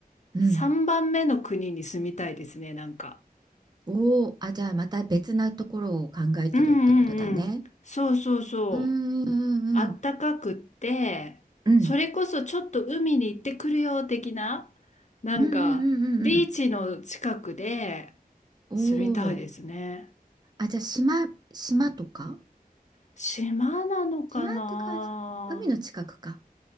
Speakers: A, on the right (about 25°); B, on the left (about 50°).
A: うん
B: 3番目の国に住みたいですね、なんか。
A: おおー、あ、じゃあまた別なところを考えてるってことだね。
B: うんうんうん。そうそうそう。
A: うんうんうん
B: あったかくって、
A: うん
B: それこそちょっと海に行ってくるよ的な、なんか、
A: うんうんうんうんうん
B: ビーチの近くで
A: おおー、
B: 住みたいですね。
A: あ、じゃあ島、島とか
B: 島なのかな
A: 島って感じ。海の近くか。